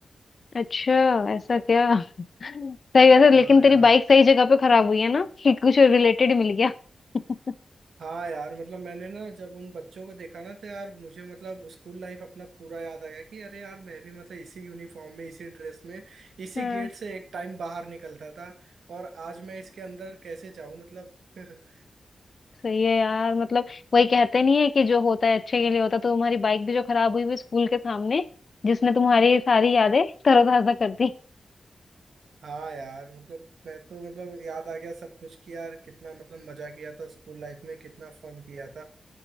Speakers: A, on the left (about 45°); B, on the right (about 80°).
A: अच्छा ऐसा क्या <laughs> सही वैसे
B: हाँ
A: लेकिन तेरी
B: यार
A: बाइक सही जगह पे खराब हुई है ना कि कुछ रिलेटेड मिल गया <laughs>
B: हाँ यार मतलब मैंने ना जब उन बच्चों को देखा ना तो यार मुझे मतलब स्कूल लाइफ अपना पूरा याद आ गया कि अरे यार मैं भी मतलब इसी यूनिफॉर्म में इसी ड्रेस में इसी
A: हाँ
B: गेट से एक टाइम बाहर निकलता था और आज मैं इसके अंदर कैसे जाऊं मतलब <laughs>
A: सही है यार मतलब वही
B: अ,
A: कहते नहीं है कि जो होता है अच्छे के लिए होता है तो तुम्हारी बाइक भी जो खराब हुई वो स्कूल के सामने जिसने तुम्हारी सारी यादें तरोताजा कर दी
B: हाँ यार मतलब मैं तो मतलब याद आ गया सब कुछ कि यार कितना मतलब मजा किया था स्कूल लाइफ में कितना फन किया था